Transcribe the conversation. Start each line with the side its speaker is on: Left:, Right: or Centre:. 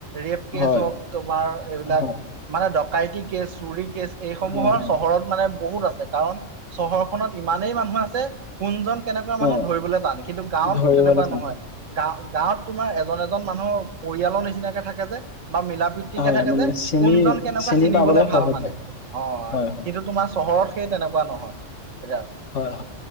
Right: ৰেপ কেচ
Left: হয়
Right: হ'ওক তোমাৰ এইবিলাক।
Left: হয়
Right: মানে ডকাইত কেচ চুৰি কেচ এইসমূহৰ
Left: হয় হয় হয়
Right: চহৰত। মানে বহুত আছে কাৰণ, চহৰখননত ইমানেই মানুহ আছে। কোনজন কেনেকুৱা মানুহ
Left: অ
Right: ধৰিবলৈ টান কিন্তু গাঁৱত
Left: ধৰিবলৈ
Right: তেনেকুৱা
Left: টান
Right: নহয়। গা-গাঁৱত তোমাৰ এজন এজন মানুহ পৰিয়ালৰ নিচিনাকে থাকে যে বা মিলা প্ৰীতি তিকে
Left: হয়
Right: থাকে
Left: মানে
Right: যে,
Left: চিনি
Right: কোনজন কেনেকুৱা
Left: চিনি
Right: চিনিবলে
Left: পাবলৈ
Right: ভাল
Left: সহজ
Right: মানে, অ'।
Left: হয় হয়
Right: কিন্তু তোমাৰ চহৰত সেই তেনেকুৱা নহয়। এতি
Left: হয় হয়।